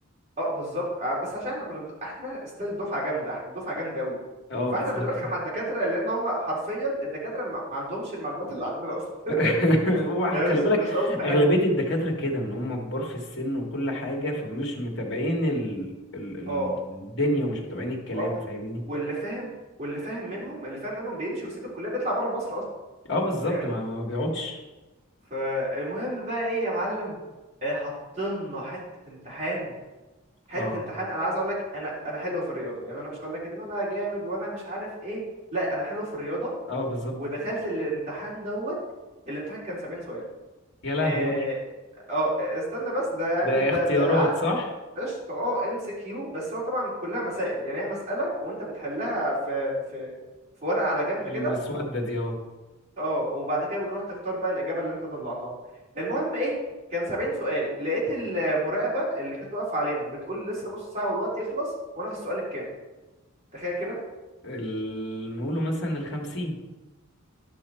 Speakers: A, on the right; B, on the left.
A: اه بالظبط آه، بس عشان احنا كنا احنا ستيل دفعه جامده احنا دفعه جامده قوي
B: اه
A: فاحنا
B: بالظبط
A: بنرخم على الدكاتره لان هم حرفيا الدكاتره ما ما عندهمش المعلومات اللي عندنا اصلا <laughs>
B: <laughs> هو
A: يعني
B: خلي
A: مش
B: بالك
A: مش قصدي حاجه
B: اغلبيه الدكاتره كده ان هم كبار في السن وكل حاجه فمش متابعين ال... ال... ال-
A: اه
B: الدنيا ومش متابعين الكلام
A: اه
B: فاهمني
A: واللي فاهم واللي فاهم منهم اللي فاهم منهم بيمشي ويسيب الكليه بيطلع بره مصر اصلا
B: اه بالظبط
A: فاهمني
B: ما ما ما بيقعدش
A: فالمهم بقى ايه يا معلم آه، حطلنا حته امتحان حته
B: اه
A: امتحان انا عايز اقول لك انا انا حلو في الرياضه يعني انا مش هقول لك ان انا جامد وانا مش عارف ايه لا انا حلو في الرياضه
B: اه بالظبط
A: ودخلت الامتحان دوت الامتحان كان 70 سؤال
B: يا لهوي
A: اه آه، استنى بس ده يعني
B: ده
A: ده
B: اختيارات
A: ده ع-
B: صح
A: قشطه اه ام سي كيو بس هو طبعا كلها مسائل يعني هي مساله وانت بتحلها في في في ورقه على جنب
B: المسوده
A: كده
B: دي اه
A: اه وبعد كده بتروح تختار بقى الاجابه اللي انت طلعتها المهم ايه كان 70 سؤال لقيت المراقبه اللي كانت واقفه علينا بتقول لسه نص ساعه والوقت يخلص وانا في السؤال الكام تخيل كده
B: ال... نقوله مثلا الخمسين